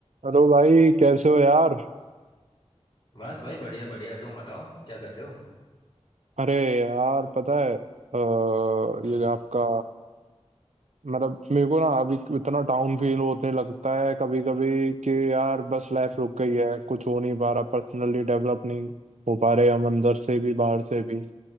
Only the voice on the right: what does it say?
Hello भाई कैसे हो यार
अरे यार पता है अ,
ये आपका मतलब मेरे को ना अभी इतना डाउन फील होने लगता है कभी कभी कि यार बस लाइफ
रुक गई है कुछ हो नहीं पा रहा पर्सनली डेवलप नहीं हो पा रहे हम अंदर से भी बाहर से भी